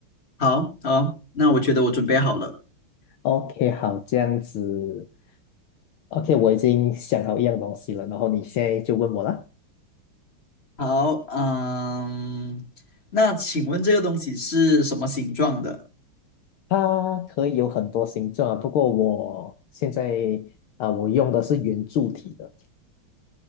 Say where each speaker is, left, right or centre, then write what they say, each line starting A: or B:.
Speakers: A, on the left (about 30°); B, on the left (about 75°).
A: 好，好，那我觉得我准备好了。
B: ，OK，好，这样子，OK，我已经想好一样东西了，然后你现在就问我啦。
A: 好，嗯，那请问这个东西是什么形状的？
B: 它可以有很多形状啊，不过我现在啊、我用的是圆柱体的。